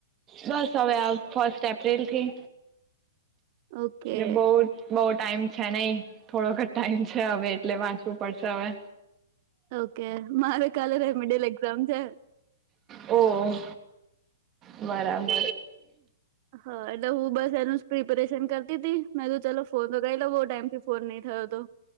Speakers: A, on the right (about 25°); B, on the right (about 45°).
A: બસ હવે આ ફર્સ્ટ એપ્રિલથી
B: ઓકે
A: એ બહુટ બહોટ ટાઈમ છે નહી થોડોક જ ટાઈમ છે હવે એટલે વાંચવું પડશે હવે.
B: ઓકે, મારે કાલે રેમિડેલ એક્ઝામ છે.
A: ઓહ! બરાબર.
B: હા, એટલે હું બસ એનું પ્રિપરેશન કરતી તી મે તો ચલો ફોન તો ગયેલો બહુ ટાઈમથી ફોન નહીં થયો તો